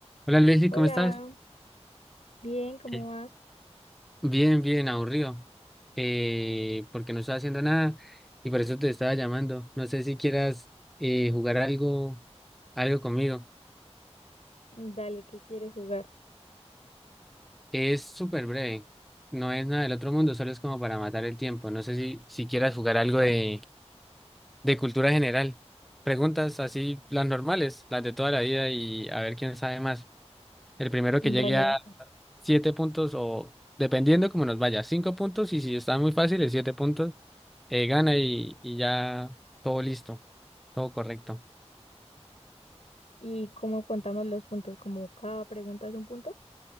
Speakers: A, in the centre; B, on the left.
A: Hola Leslie,
B: Hola,
A: ¿cómo estás?
B: bien, ¿cómo
A: Eh,
B: vas?
A: Bien, bien, aburrido. Eh, porque no estaba haciendo nada y por eso te estaba llamando. No sé si quieras eh, jugar algo, algo conmigo.
B: Dale, ¿qué quieres jugar?
A: Es súper breve, no es nada del otro mundo, solo es como para matar el tiempo. No sé si, si quieras jugar algo de, de cultura general. Preguntas así, las normales, las de toda la vida y a ver quién sabe más. El primero
B: Dale
A: que llegue a
B: eso.
A: siete puntos o dependiendo cómo nos vaya, cinco puntos y si está muy fácil, es siete puntos, eh, gana y, y ya todo listo, todo correcto.
B: ¿Y cómo contamos los puntos? Como cada pregunta es un punto.